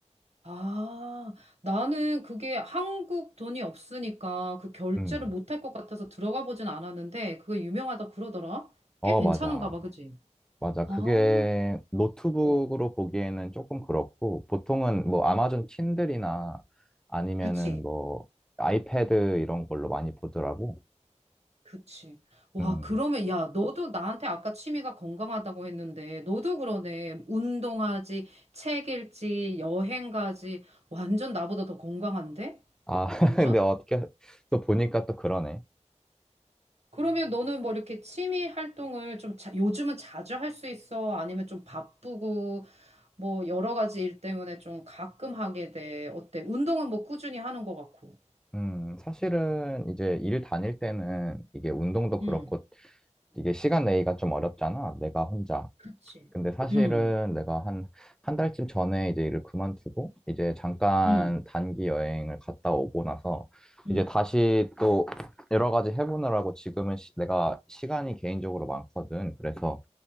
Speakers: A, on the right (about 60°); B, in the centre.
A: 아. 나는 그게 한국 돈이 없으니까 그 결제를
B: 음.
A: 못할 것 같아서 들어가 보진 않았는데 그게 유명하다 그러더라.
B: 어,
A: 꽤 괜찮은가
B: 맞아.
A: 봐, 그지?
B: 맞아.
A: 아,
B: 그게 노트북으로
A: 어.
B: 보기에는 조금 그렇고, 보통은 뭐 아마존
A: 응
B: 킨들이나 아니면은
A: 그치.
B: 뭐 아이패드 이런 걸로 많이 보더라고.
A: 그치. 와,
B: 음.
A: 그러면, 야, 너도 나한테 아까 취미가 건강하다고 했는데, 너도 그러네. 운동하지, 책 읽지, 여행 가지. 완전 나보다 더 건강한데?
B: 아, <laughs>
A: 완전?
B: 근데 어떻게 또 보니까 또 그러네.
A: 그러면 너는 뭐 이렇게 취미 활동을 좀 자, 요즘은 자주 할 수 있어? 아니면 좀 바쁘고, 뭐 여러 가지 일 때문에 좀 가끔 하게 돼. 어때? 운동은 뭐 꾸준히 하는 것 같고.
B: 음, 사실은 이제 일 다닐 때는 이게 운동도
A: 응.
B: 그렇고 이게 시간 내기가 좀 어렵잖아. 내가 혼자.
A: 그치.
B: 근데 사실은
A: 응,
B: 내가 한, 한 달쯤 전에 이제 일을 그만두고 이제 잠깐
A: 응,
B: 단기 여행을 갔다 오고 나서
A: 응.
B: 이제 다시 또 여러 가지 해보느라고 지금은 시- 내가 시간이 개인적으로 많거든. 그래서